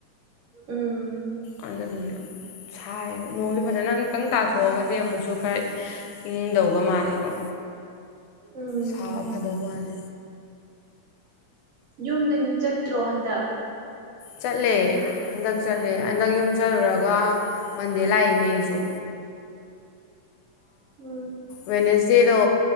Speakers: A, on the right; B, on the left.
A: ꯎꯝ
B: ꯑꯗꯨꯗꯨꯅ ꯁꯥꯏꯌꯦꯕ ꯅꯣꯡꯁꯦ ꯐꯖꯅ ꯑꯃꯨꯛꯇꯪ ꯇꯥꯊꯣꯛꯑꯒꯗꯤ ꯑꯃꯨꯛꯁꯨ ꯈꯔ ꯏꯪꯗꯧꯕꯒ ꯃꯥꯜꯂꯦꯀꯣ
A: ꯎꯝ
B: ꯁꯥꯕ ꯐꯗꯧ ꯃꯥꯜꯂꯦ
A: ꯌꯨꯝꯗꯗꯤ ꯆꯠꯇ꯭ꯔꯣ ꯍꯟꯗꯛ
B: ꯆꯠꯂꯦ ꯍꯟꯗꯛ ꯆꯠꯂꯦ ꯍꯟꯗꯛ ꯌꯨꯝ ꯆꯠꯂꯨꯔꯒ ꯃꯟꯗꯦ ꯂꯏꯅꯤ ꯑꯩꯁꯨ
A: ꯎꯝ
B: ꯋꯦꯅꯦꯁꯗꯦꯗꯣ